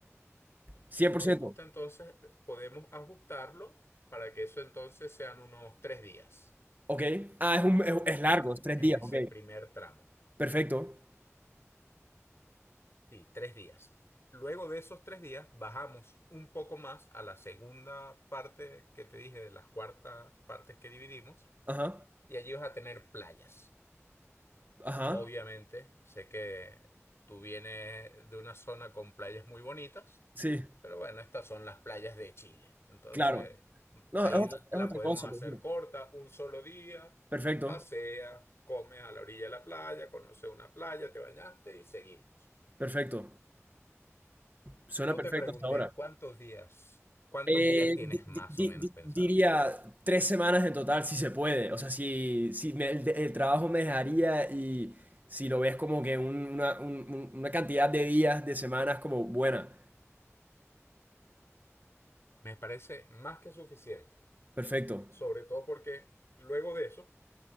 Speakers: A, on the right; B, on the left.
A: cien
B: si
A: por
B: te
A: ciento,
B: gusta, entonces podemos ajustarlo para que eso entonces sean unos tres días.
A: Ok. Ah, es, un, es, es largo,
B: eh,
A: es tres
B: en
A: días.
B: ese
A: Ok.
B: primer tramo.
A: Perfecto.
B: Sí, tres días. Luego de esos tres días bajamos un poco más a la segunda parte que te dije de las cuartas partes que dividimos
A: Ajá.
B: y allí vas a tener playas.
A: Ajá.
B: Obviamente, sé que tú vienes de una zona con playas muy bonitas,
A: Sí,
B: pero bueno, estas son las playas de Chile. Entonces,
A: claro. No,
B: ahí
A: es otra,
B: la
A: es otra
B: podemos
A: cosa,
B: hacer
A: me imagino.
B: corta, un solo día,
A: Perfecto.
B: pasea, comes a la orilla de la playa, conoces una playa, te bañaste y seguimos.
A: Perfecto. Suena
B: No
A: perfecto
B: te pregunté
A: hasta ahora.
B: cuántos días, cuántos
A: Eh,
B: días tienes
A: di-
B: más
A: di- di-
B: o menos
A: di-
B: pensado.
A: diría tres semanas en total, si se puede. O sea, si, si me- el, el trabajo me dejaría y si lo ves como que un- una, un- un- una cantidad de días, de semanas como buena.
B: Me parece más que suficiente,
A: Perfecto.
B: sobre todo porque luego de eso